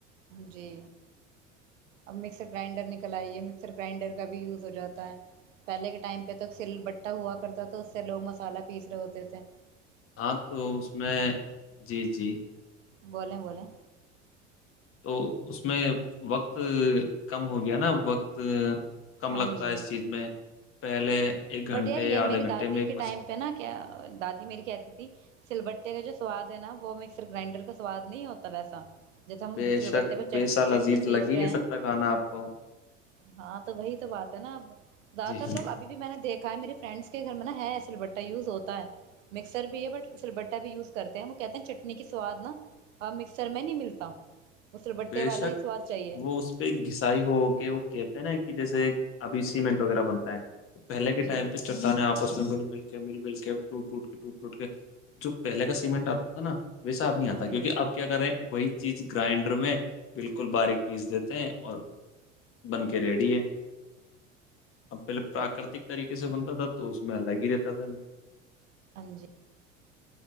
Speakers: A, on the right (about 80°); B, on the left (about 35°).
A: جی اب مکسر گرائنڈر نک کلائیے مکسر گرائنڈر کا بھی یوز ہو جاتا ہے پہلے کے ٹائم پہ تو سل بٹا ہوا کرتا تھا تو اس سے لوگ مسالہ پیس رہے ہوتے تھے
B: ہاں تو اس میں جی جی
A: بولیں بولیں
B: تو اس میں وقت کم ہو گیا نا وقت کم
A: ہاں
B: لگتا
A: جی
B: ہے اس چیز میں پہلے ایک گھنٹے
A: بٹ یار یہ
B: یا آدھے
A: میری
B: گھنٹے
A: دادی
B: میں ایک
A: کے
B: مس
A: ٹائم پہ نا کیا دادی میری کہتی تھی سل بٹے کا جو سواد ہے نا وہ مکسر گرائنڈر کا سواد نہیں ہوتا ویسا جیسے ہم
B: بے
A: سل
B: شک
A: بٹے پہ
B: ویسا لذیذ
A: چٹنی پیس
B: لگ ہی
A: رہے
B: نہیں سکتا
A: ہیں
B: کھانا آپ کو
A: ہاں تو وہی تو بات ہے نا اب زیادہ
B: جی
A: تر لوگ ابھی بھی میں نے دیکھ مے فرینڈس کے گھر میں نا ہے سلبٹا یوز ہوتا ہے مکسر بھی ہے بٹ سلبٹا بھی یوز کرتے ہیں وہ کہتے ہیں چٹنی کا سواد نا مکسر میں نہیں ملتا وہ سلبٹے
B: بےشک
A: والا ہی سواد چاہیے
B: وہ اس پہ گھسائی ہو کے وہ کہتے نا کہ کہ جیسے ابھی سیمنٹ وغیرہ بنتا ہے پہے کے
A: جی
B: ٹائم پہ چٹانیں آپس میں مل مل جب مل مل کے ٹوٹ ٹوٹ کے ٹوٹ ٹوٹ کے جو پہلے کا سیمنٹ آتا تھا نا ویسا اب نہیں آتا
A: جی
B: کیو نکہ اب کیا کر رھے ہیں وہی چیز گرائنڈ بالکل باریک پیس دیتے ہیں اور بن کے ریڈی ہے آ پہل
A: بالکل،
B: پراکرتک طریقے س بنتا تھا تو اس میں الگ ہی رہتا تھا
A: ہاں جی